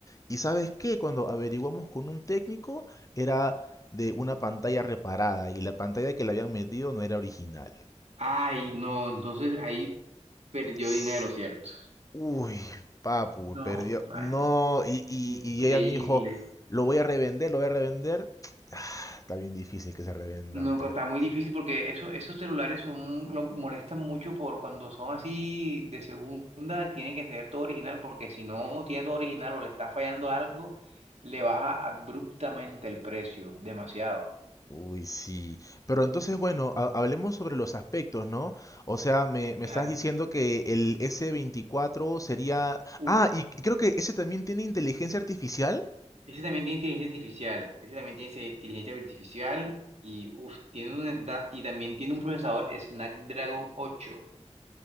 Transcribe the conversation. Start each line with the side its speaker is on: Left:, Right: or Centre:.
Left: Y sabes qué, cuando averiguamos con un técnico, era de una pantalla reparada y la pantalla que le habían metido no era original.
Right: Ay, no, entonces ahí perdió
Left: S-
Right: dinero, ¿cierto?
Left: Uy, papu,
Right: No,
Left: perdió.
Right: Mari,
Left: No, y, y,
Right: increíble.
Left: y ella me dijo, lo voy a revender, lo voy a revender. <tsk> Ah, Está bien difícil que se revenda
Right: No,
Left: un teléfono.
Right: que está muy difícil
Left: así.
Right: porque eso, esos celulares son, lo molestan mucho por cuando son así de segunda, tiene que tener todo original porque si no tiene todo original o le está fallando algo, le baja abruptamente el precio, demasiado.
Left: Uy, sí. Pero entonces, bueno, ha- hablemos sobre los aspectos, ¿no? O sea, me, me
Right: Claro.
Left: estás diciendo que el S24 sería...
Right: Uf,
Left: Ah, y creo que ese también tiene inteligencia artificial.
Right: ese también tiene inteligencia artificial, ese también tiene ese- inteligencia artificial y uf, tiene una da- y también tiene un procesador Snapdragon ocho